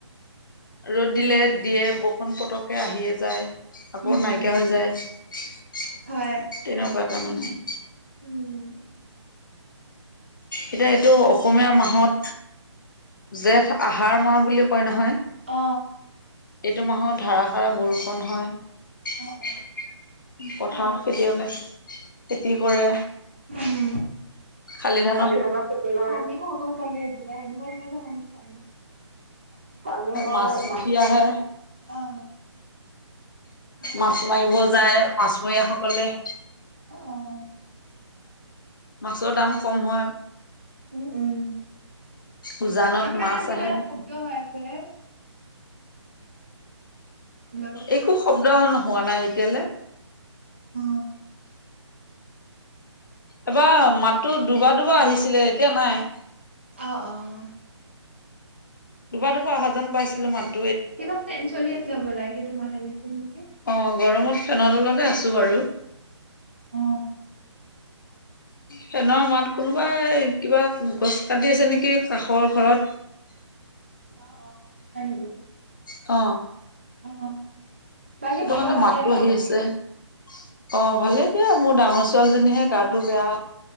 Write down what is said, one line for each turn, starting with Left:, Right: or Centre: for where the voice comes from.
Left: ৰ'দ দিলে দিয়ে বৰষুণ পতকে আহিয়ে যায়। আকৌ
Right: উম
Left: নাইকিয়া
Right: উম
Left: হৈ যায়। তেনেকুৱা
Right: হয়
Left: তাৰ মানে।
Right: উম
Left: এতিয়া এইটো অসমীয়া মাহত জেঠ আহাৰ মাহ বুলি কয় নহয়।
Right: অ।
Left: এইটো মাহত ধাৰাসাৰা বৰষুণ হয়। পথাৰত
Right: অ' অ'
Left: খেতিয়কে খেতি কৰে।
Right: উম
Left: শালি ধানৰ
Right: শালি ধানৰ খেতিও কৰে, পানীও হব চাগে এতিয়া, এনেকুৱা দিনতে হয় নহয় পানী। পানী হয়,
Left: মাছ
Right: মাছ
Left: উঠি আহে
Right: অ',
Left: মাছ মাৰিব যায় মাছমৰীয়া সকলে।
Right: অ',
Left: মাছৰ দাম কম হয়।
Right: উম- উম।
Left: উজানত
Right: আপোনাৰ
Left: মাছ
Right: তাত কিবা
Left: আহে
Right: এটা শব্দ হৈ আছে। হেল্ল' অ',
Left: একো শব্দ নোহোৱা নাই এতিয়ালে
Right: অ।
Left: এবাৰ মাতো দুবাৰ- দুবাৰ আহিছিলে এতিয়া নাই।
Right: অঁ অঁ।
Left: দুবাৰ- দুবাৰ অহা যেন পাইছিলো মাত
Right: কিবা ফেন চলি আছে হ'বলা সেইটো মাত আহি নেকি
Left: অ গৰমত ফেনৰ তলতে আছো বাৰু।
Right: অ।
Left: ফেনৰ মাত কোনোবাই কিবা গছ কাটি আছে নেকি কাষৰ ঘৰত।
Right: অ অ আ হয় নেকি।
Left: অ
Right: অ', বাকী
Left: সেইটো
Right: খবৰ
Left: কাৰণে
Right: ভালে
Left: মাতো
Right: ন?
Left: আহি আছে। অ ভালে দিয়া মোৰ ডাঙৰ ছোৱালীজনীহে গাটো বেয়া।